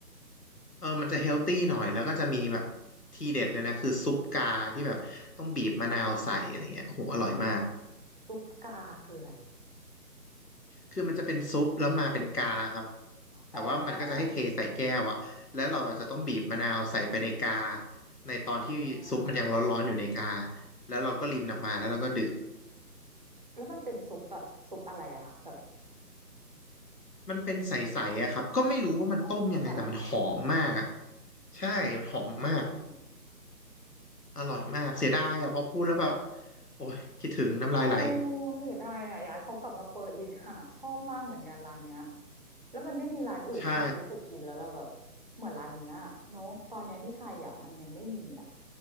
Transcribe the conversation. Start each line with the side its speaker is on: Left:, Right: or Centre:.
Left: เออมันจะเฮลตี้หน่อยแล้วก็จะมีแบบทีเด็ดเลยนะคือซุปกาที่แบบต้องบีบมะนาวใส่อะไรเงี้ยโอ้โหอร่อยมาก
Right: ซุปกาคืออะไรอะ
Left: คือมันจะเป็นซุปแล้วมาเป็นกาครับ แต่ว่ามันก็จะให้เทใส่แก้วอะแล้วเราจะต้องบีบมะนาวใส่ไปในกา
Right: อ๋อ
Left: ในตอนที่ซุปมันยังร้อนๆอยู่ในกา
Right: อ่า
Left: แล้วเราก็รินออกมาแล้วเราก็ดื่ม
Right: แล้วมันเป็นซุปแบบซุปอะไรอะคะแบบ
Left: มันเป็นใสๆอะครับก็ไม่รู้ว่ามันต้มยังไงแต่มันหอมมากอะ
Right: อ๋อสุดใส
Left: ใช่มันหอมมาก
Right: อืม
Left: อร่อยมากเสียดายอะพอพูดแล้วแบบโอ้ยคิดถึงน้ำลายไหล
Right: โอ้ยเสียดายอ่ะอยากให้เขากลับมาเปิดอีกค่ะชอบมากเหมือนกันร้านเนี้ยแล้วมันไม่มีร้านอื่นที่เรารู้สึกกินแล้วเราแบบ
Left: ใช่
Right: เหมือนร้านเนี้ยเนาะตอนเนี้ยที่ไทยอ่ะมันยังไม่มีอ่ะ